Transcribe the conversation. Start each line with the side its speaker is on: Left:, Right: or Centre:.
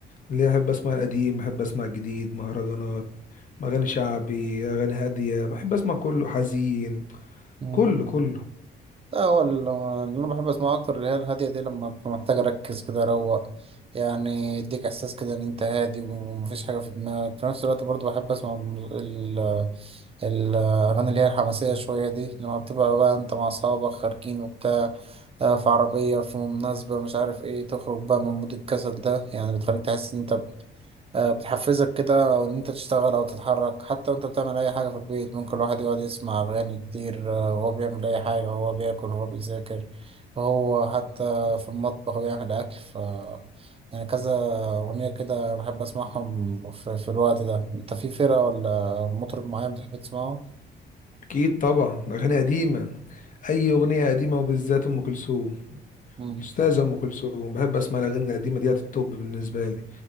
Left: اللي احب اسمع القديم احب اسمع الجديد مهرجانات اغاني شعبي اغاني هاديه بحب اسمع كله حزين
Right: مم.
Left: كله كله
Right: لا هو ال- اللي انا بحب اسمعه اكتر اللي هي الهاديه دي لما ببقى محتاج اركز كده اروق يعني يديك احساس كده ان انت هادي ومفيش حاجه في دماغك في نفس الوقت برضو بحب اسمع المز- ال- الاغاني اللي هي الحماسيه شويه دي لما بتبقى بقى انت مع اصحابك خارجين وبتاع آه، في عربيه في مناسبه مش عارف ايه تخرج بقى من مود الكسل ده يعني بتخليك تحس ان انت آه، بتحفزك كده او ان انت تشتغل او تتحرك حتى وانت بتعمل اي حاجه في البيت ممكن الواحد يقعد يسمع اغاني كتير آه، وهو بيعمل اي حاجه وهو بياكل وهو بيذاكر وهو حتى في المطبخ بيعمل اكل ف يعني كذا اغنيه كده بحب اسمعهم في, في الوقت ده انت في فرقه ولا مطرب معين بتحب تسمعه
Left: اكيد طبعا اغاني قديمه اي اغنيه قديمه وبالذات ام كلثوم
Right: امم
Left: أستاذة أم كلثوم بحب أسمع الأغاني القديمة ديت التوب بالنسبة لي